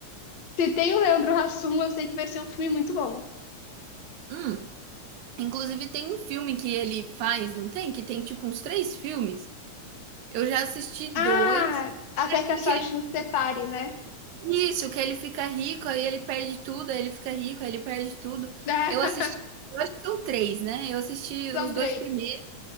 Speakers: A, on the left; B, on the right.
A: se tem o Leandro Hassum, eu sei que vai ser um filme muito bom.
B: hum. Inclusive tem um filme que ele faz, não tem? Que tem tipo uns três filmes. Eu já assisti
A: Ah,
B: dois.
A: até
B: É Aquele
A: que a sorte
B: que ele...
A: nos separe, né?
B: Isso, que ele fica rico, aí ele perde tudo, aí ele fica rico, aí ele perde tudo.
A: <laughs>
B: Eu assisti, eu acho que são três, né? Eu assisti
A: São
B: os dois
A: três.
B: primeiros.